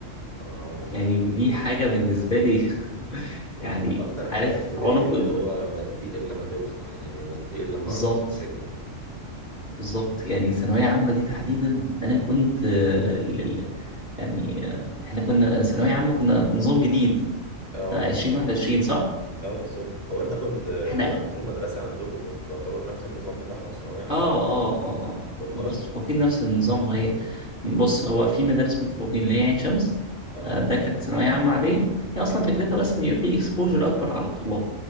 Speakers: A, on the right; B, on the left.
A: اه
B: يعني ودي حاجة بالنسبة لي <laughs>
A: يعني
B: يعني
A: اكتر
B: عارف
A: حاجة اكدت
B: عنق
A: لي اللي
B: ال-
A: هو ما تضيق الا لما توسع يعني ما تضيق الا لما
B: بالظبط
A: ربك يفرجها
B: بالظبط يعني ثانوية عامة دي تحديدا أنا كنت آه، لل- يعني آه، احنا كنا ثانوية عامة كنا نظام جديد
A: اه
B: عشرين
A: <laughs> اه
B: واحد وعشرين صح؟
A: آه، بالظبط هو انت كنت
B: احنا
A: هو انت في المدرسة عندكم كنتوا تعتبروا نفس النظام بتاعنا في ثانوية عامة
B: اه اه اه آه.
A: والله
B: مدرسة المتفوقين نفس النظام هي بص هو في مدارس متفوقين اللي هي عين شمس
A: اه
B: آه، ده كانت ثانوية عامة عادية هي أصلا فكرتها بس إن يبقى في اكسبوجر أكبر على الطلاب